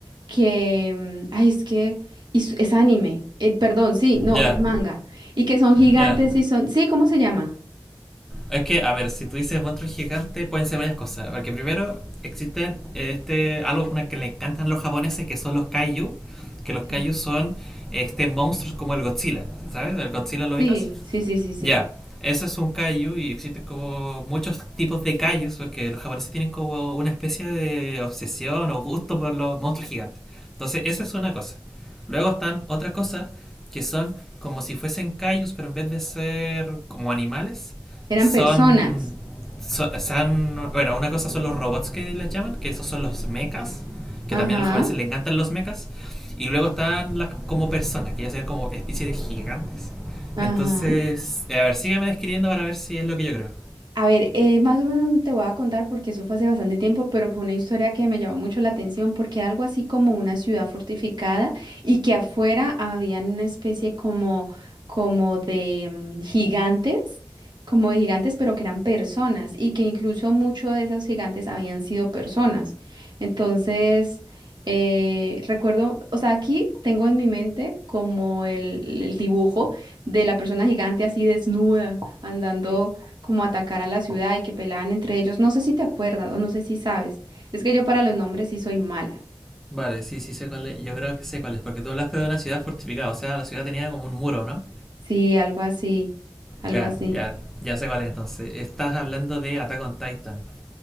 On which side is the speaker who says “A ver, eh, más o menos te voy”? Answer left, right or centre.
Right